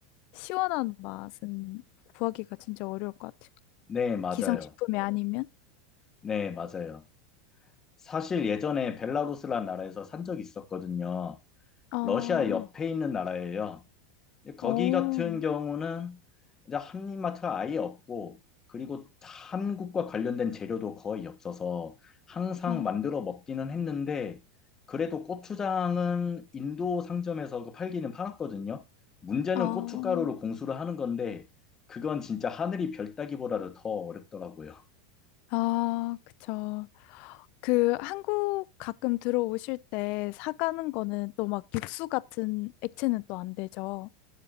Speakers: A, on the left; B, on the left.
A: 시원한 맛은 구하기가 진짜 어려울 것 같아요.
B: 네, 맞아요.
A: 기성식품이 아니면?
B: 네, 맞아요. 사실 예전에 벨라루스라는 나라에서 산 적이 있었거든요.
A: 어,
B: 러시아 옆에 있는 나라예요. 거기
A: 어,
B: 같은 경우는 이제 한인마트가 아예 없고, 그리고 한국과 관련된 재료도 거의 없어서 항상
A: 어,
B: 만들어 먹기는 했는데, 그래도 고추장은 인도 상점에서 그 팔기는 팔았거든요. 문제는
A: 어.
B: 고춧가루로 공수를 하는 건데, 그건 진짜 하늘이 별 따기보다도 더 어렵더라고요.
A: 아, 그쵸. 그 한국 가끔 들어오실 때 사가는 거는 또 막 육수 같은 액체는 또 안 되죠.